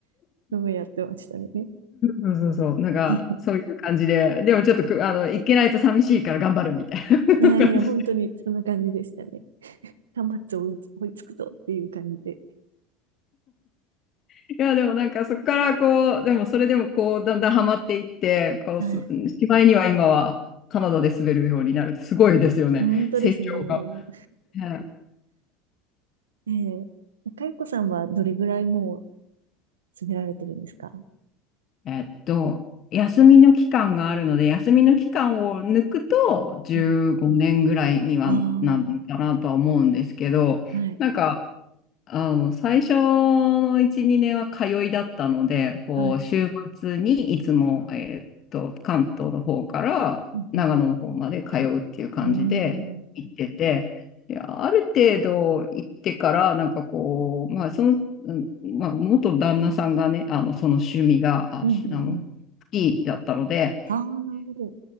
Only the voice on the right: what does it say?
のをやってましたね。
<laughs>
いやいや、
本当にそんな感じでしたね。端末追いつ追いつくぞっていう感じで。
はい。
本当ですね。
ええかよこさんはどれぐらいもう滑られてるんですか
はい。ああ、はい、
はい。
うんうん。うーん。
うんうんうん。
ああ、なるほど。